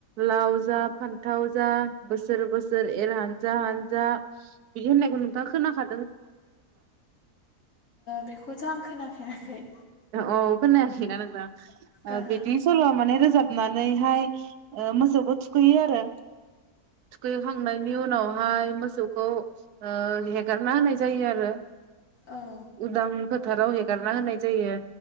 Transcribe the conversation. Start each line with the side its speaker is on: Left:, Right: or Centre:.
Right: लाव जा फान्थाव जा बोसोर बोसोर एर हानजा हानजा बिदि होननायखौ नोंथाङा खोनाखा
Left: बेखौथ आं खोनाफेराखै।
Right: औ खोनायाखै ना नोंथां ओ
Left: ओहो
Right: बिदि सल'आ माने रोजाबनानैहाय ओ मोसौखौ थु थुखैयो आरो थुखैखांनायनि उनावहाय मोसौखौ ओ हेगारना होनाय जायो आरो।
Left: औ
Right: उदां फोथाराव हेगारना होनाय जायो।